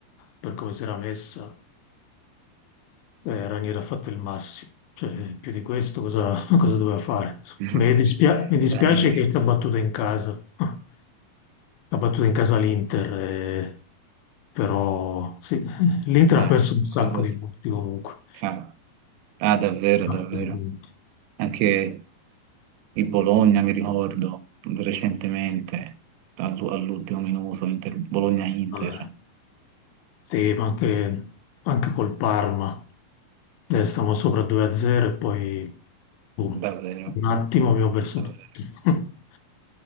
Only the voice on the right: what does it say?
<laughs>
Daniele.
Ah,
quello
sì.
Ah, ah, davvero,
davvero.
Anche il Bologna, mi ricordo, recentemente, all- all'ultimo minuto, Inter- Bologna-Inter,
davvero.
Davvero.